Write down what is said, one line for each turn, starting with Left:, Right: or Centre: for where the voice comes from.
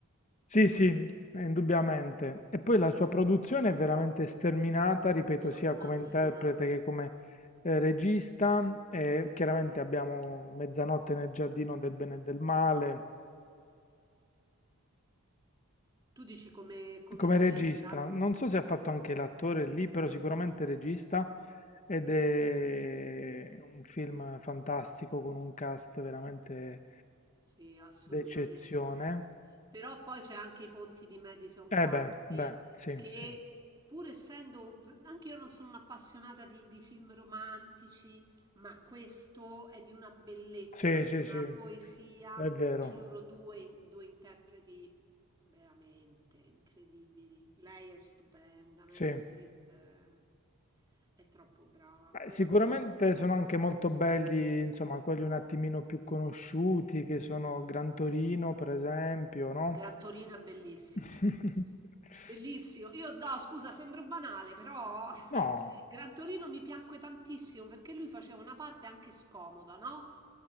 Left: Sì, sì, eh, indubbiamente. E poi la sua produzione è veramente sterminata, ripeto,
Right: Mamma
Left: sia come interprete
Right: mia.
Left: che come eh, regista. E chiaramente abbiamo Mezzanotte nel giardino del bene e del male.
Right: Tu dici come, come
Left: Come
Right: regista?
Left: regista, non so se ha fatto anche l'attore lì, però sicuramente regista. Ed è un film fantastico con un cast veramente
Right: Sì, assolutamente.
Left: d'eccezione.
Right: Però poi c'è anche i ponti di Madison
Left: Eh
Right: County
Left: beh, beh, sì,
Right: che
Left: sì.
Right: pur essendo, anche io non sono un'appassionata di, di film romantici, ma questo è di una bellezza,
Left: Sì,
Right: di
Left: sì,
Right: una
Left: sì,
Right: poesia
Left: è vero.
Right: e loro due, due interpreti veramente incredibili. Lei è stupenda, Mary
Left: Sì,
Right: Streep è, è troppo brava,
Left: Beh,
Right: veramente.
Left: sicuramente sono anche molto belli, insomma, quelli un attimino più conosciuti, che sono Gran Torino, per esempio, no?
Right: Gran Torino è bellissimo.
Left: <laughs>
Right: Bellissimo. Io, no, scusa, sembro banale, però <laughs>
Left: No,
Right: Gran Torino mi piacque tantissimo perché lui faceva una parte anche scomoda, no?